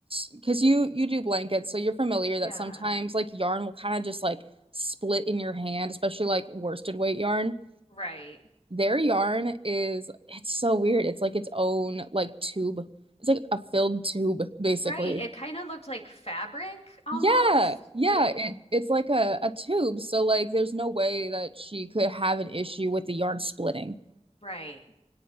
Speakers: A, on the right; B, on the left.
A: because you you do blankets, so you're familiar
B: Yeah.
A: that sometimes like yarn will kind of just like split in your hand, especially like worsted weight yarn.
B: Right.
A: Their yarn is it's so weird. It's like its own like tube. It's like a filled tube, basically.
B: Right. It kind of looked like fabric almost.
A: Yeah, yeah,
B: Like,
A: it, it's like a, a tube. So like there's no way that she could have an issue with the yarn splitting.
B: right.